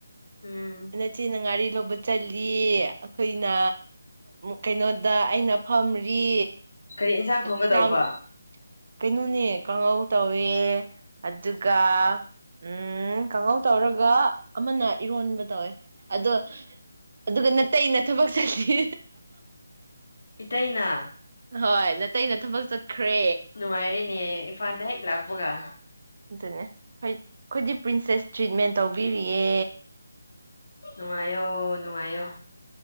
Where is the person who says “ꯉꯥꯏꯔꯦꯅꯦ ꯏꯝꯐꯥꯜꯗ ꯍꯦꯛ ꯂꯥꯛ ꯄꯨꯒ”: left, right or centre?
Left